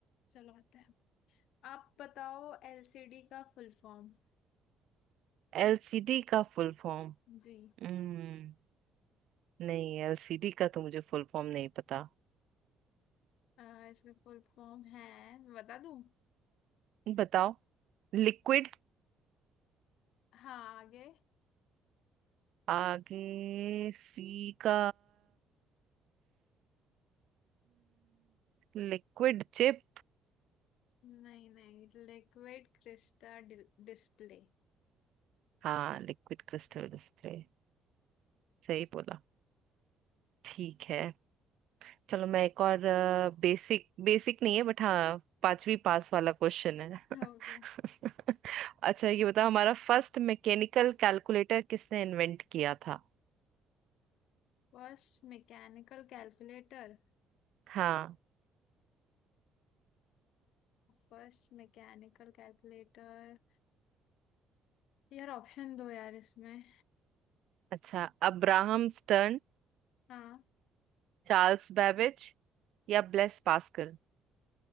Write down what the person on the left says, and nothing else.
चलो आते हैं आप बताओ एलसीडी का फुल फॉर्म
जी
आ, इसका फुल फॉर्म है मैं बता दूं
हाँ आगे
नहीं नहीं liquid crystal display
Okay
First mechanical calculator
First mechanical calculator यार ऑप्शन दो यार इसमें
हाँ